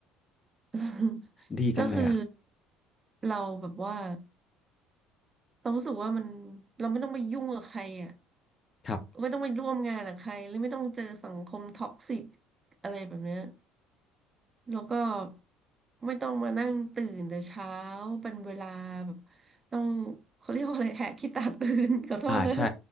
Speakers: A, on the right (about 25°); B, on the left (about 30°).
A: <laughs>
B: ดีจังเลยอ่ะ
A: ก็คือเราแบบว่าเรารู้สึกว่ามันเราไม่ต้องไปยุ่งกับใครอ่ะ
B: ครับ
A: ไม่ต้องไปร่วมงานกับใครหรือไม่ต้องเจอสังคมท็อกซิกอะไรแบบเนี้ยแล้วก็ไม่ต้องมานั่งตื่นแต่เช้าเป็นเวลาแบบต้องเขาเรียกว่าอะไรแหกขี้ตาตื่น <laughs> ขอโทษนะ
B: อ่าใช่